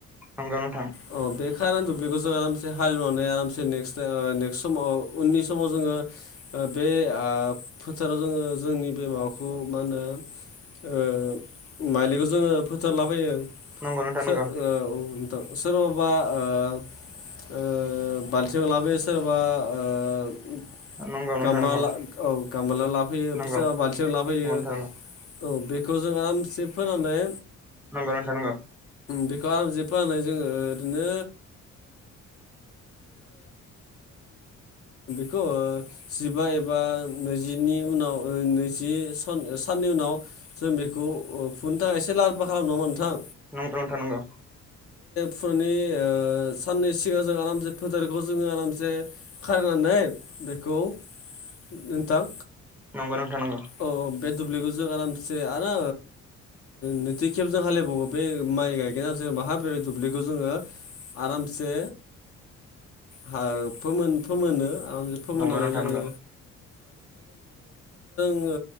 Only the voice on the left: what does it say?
अ बे खार दुब्लिखौ जों आरामसे हालेवनानै आरामसे नेक्स्ट नेक्स्ट समाव उननि समाव जोङो ओ बे ओ फोथाराव जोङो जोंनि बे माबाखौ मा होनो ओ माइलिखौ जोङो फोथार लाफैयो
<unintelligible>
सोरबाबा ओ ओ बालथिं लाबोयो सोरबा ओ <unintelligible>
औ गामा लाफैयोसा
बालथिाव लाफैयो
औ बेखौ जों आरामसे फोनानै
बेखौ आरामसे फोनानै जोङो ओरैनो ओ <unintelligible> <unintelligible> जिबा एबा नैजिनि उनाव नैजि सान साननि उनाव जों बेखौ फुनि थाखायसो लाहार फाहार खालाम नङामा नोंथां
फुनि साननै सिगां जों आरामसे फोथारखौ जोङो आरामसे खारनानै बेखौ नोंथां
औ बे दुब्लिखौजों आरामसे आरो नैथि खेबजों हालेबावो बे माइ गायगोन आरो ज माहा बे दुब्लिखौ जोङो आरामसे हा फोमोन फोमोनो आर फोमोननानै
जोङो
<unintelligible> आङो